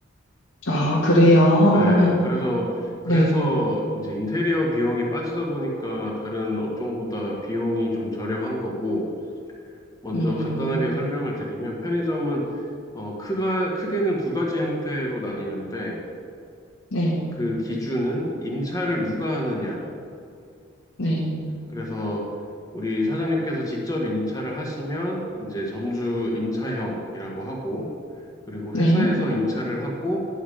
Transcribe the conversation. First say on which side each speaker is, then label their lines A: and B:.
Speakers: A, on the left; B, on the left.
A: 아, 그래요?
B: 예,
A: 그러면,
B: 그래서, 그래서
A: 네.
B: 이제 인테리어 비용이 빠지다 보니까 다른 업종보다 비용이 좀 저렴한 거고, 먼저
A: 음,
B: 간단하게 설명을 드리면 편의점은, 어, 크가, 크게는 두 가지 형태로 나뉘는데,
A: 네,
B: 그 기준은 임차를 누가 하느냐예요.
A: 네,
B: 그래서 우리 사장님께서 직접 임차를 하시면 이제 점주 임차형이라고 하고, 그리고
A: 네,
B: 회사에서 임차를 하고